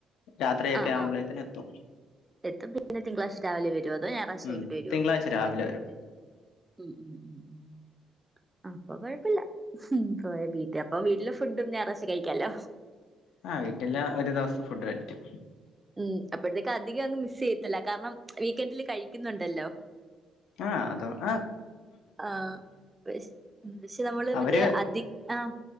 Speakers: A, on the left (about 85°); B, on the right (about 15°).
A: രാത്രിയൊക്കെ
B: ആ
A: ആവുമ്പോഴേക്കന്
B: ആ
A: എത്തും
B: എത്തും പിന്നെ തിങ്കളാഴ്ചം രാവിലെ വരുമോ അതോ ഞായറാഴ്ച
A: ഉം
B: വൈകി ട്ട് വരുവോ
A: തിങ്കളാഴ്ച രാവിലെ വരും
B: ഉം ഉം ഉം ഉം അപ്പൊ കൊഴപ്പല്ല പോയ വീട്ട അപ്പൊ വീട്ടില് ഫുഡും ഞായറാ്ച്ച കഴിക്കാലോ
A: ആ വീട്ടില് ഒരു ദിവസം ഫുഡ് കഴിക്കും
B: ഉം അപ്പോഴത്തേക്കും അധികം അങ്ങ് മിസ് ചെയ്യത്തില്ല കാരണം വീക്കെന്ഡില് കഴിക്കുന്നുണ്ടല്ലോ
A: ആഹ അത ആഹ
B: ആ ഹ പക്ഷെ നമ്മള്
A: അവര്
B: മറ്റേ അതി ആഹ